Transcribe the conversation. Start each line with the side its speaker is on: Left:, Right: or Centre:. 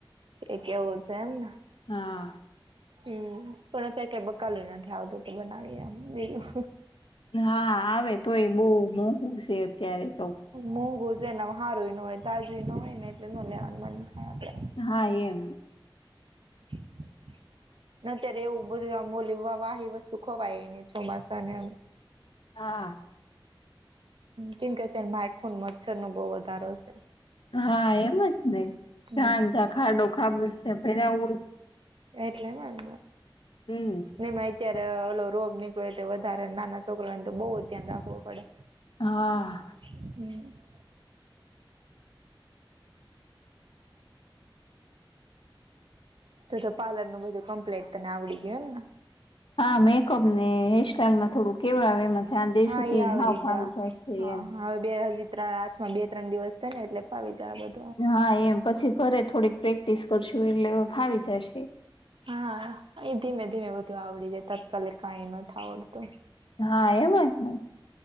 Right: એક કેવું છે એમને
Left: હા
Right: હમ પણ અત્યારે કઈ બકાલું નથી આવતું તે બનાવી બીજું
Left: હા આવે તો એ બહુ મોંઘું છે અત્યારે તો
Right: મોંઘુ છેને હારુંઈ ન હોય તાજુઈ નો હોય ને એટલે ન લેવાનું મન થાય આપડે
Left: હા એમ
Right: <inaudible> નાત્યારે એવું બધું આમોલીવા વાહી વસ્તુ ખવાયને ચોમાસા ને
Left: હા
Right: કેમ કે અત્યારે માઇખોન મચ્છર નો બહ વધારો છે
Left: હા એમ જ ને
Right: હમ
Left: જ તા ખાડો ખાબુ છે પે આવું
Right: વટલે એમાં
Left: હમ
Right: નહી અત્યારે ઓલો રોગ નીકળે વધારે નાના છોકરાને તો બહુ ધ્યાન રાખવું પડે
Left: હા
Right: <inaudible> તો તો પાર્લ નનું બધું કમ્પ્લેટ તને આવડી ગયું એમને
Left: હા મેકઅપ ને હેરસ્ટાઈલ માં થોડું કેવા આવે એમાં ચા દેશ
Right: હા
Left: સુધ
Right: એ આવડી
Left: હાખા
Right: જા
Left: વિચારશે
Right: હા
Left: એમ
Right: હવે બે હજી ત્રણ હામાં બે ત્રણ દિવસ થ ને એટલે ફાવી જ બધ
Left: હા એમ પછી ઘરે થોડીક પ્રેક્ટિસ કરશું એટલે ભાવી જશે
Right: હા એ ધીમે ધીમે બધું આવડી જાય તત્કાલ કાંઈ ન આવડતું
Left: હા એમને